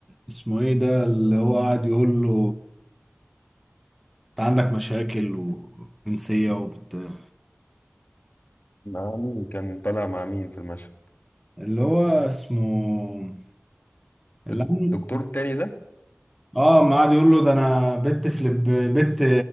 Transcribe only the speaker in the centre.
اسمه ايه ده اللي هو قاعد يقول له انت عندك مشاكل وجنسية وبت...
اللي هو اسمه اللي
عم...
اه ما قاعد يقول له ده انا بنت فلب بنت